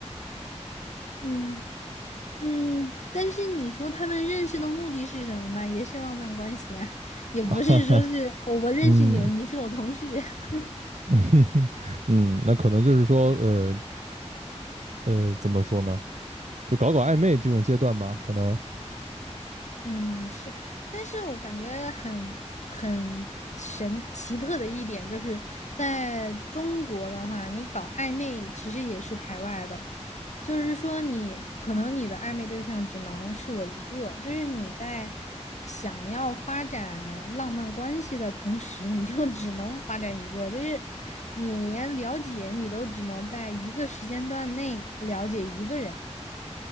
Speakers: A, on the left; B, on the right.
A: <laughs> 嗯嗯，但是你说他们认识的目的是什么呢？也是浪漫关系啊，也不是说是我我认识你，
B: <laughs> 哈哈。嗯
A: 你是我同事。<laughs>
B: <laughs> 嗯，那可能就是说呃呃，怎么说呢？就搞搞暧昧这种阶段吧，可能
A: 嗯，是，但是我感觉很很神奇特的一点，就是在中国的话，你搞暧昧其实也是排外的，就是说你可能你的暧昧对象只能是我一个，就是你在想要发展浪漫关系的同时，你就 <laughs> 只能发展一个，就是你连了解你都只能在一个时间段内了解一个人。